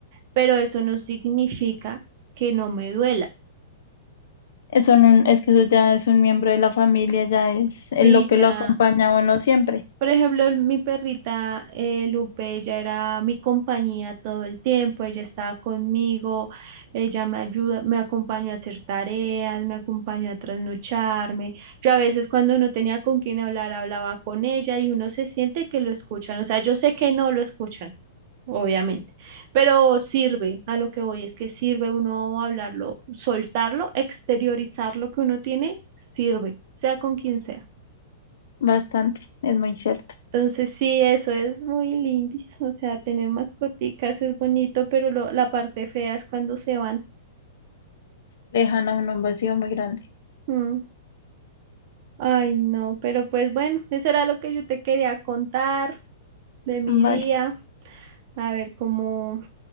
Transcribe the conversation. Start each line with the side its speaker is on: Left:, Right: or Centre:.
Right: pero eso no significa que no me duela.
Left: Eso no- es que eso ya es un miembro de la familia, ya es eh,
Right: Sí,
Left: lo que
Right: ya,
Left: lo acompaña a uno siempre.
Right: Por ejemplo, mi perrita eh, Lupe, ella era mi compañía todo el tiempo, ella estaba conmigo, ella me ayuda, me acompañó a hacer tareas, me acompañó a trasnocharme. Yo a veces cuando no tenía con quién hablar, hablaba con ella y uno se siente que lo escuchan. O sea, yo sé que no lo escuchan, obviamente, pero sirve, a lo que voy es que sirve uno hablarlo, soltarlo, exteriorizar lo que uno tiene, sirve, sea con quien sea.
Left: Bastante, es muy cierto.
Right: Entonces sí, eso es muy lindis, o sea, tener mascoticas es bonito, pero lo- la parte fea es cuando se van.
Left: Dejan a uno un vacío muy grande.
Right: Mm, Ay, no, pero pues bueno, eso era lo que yo te quería contar de mi
Left: Vale,
Right: día, a ver, como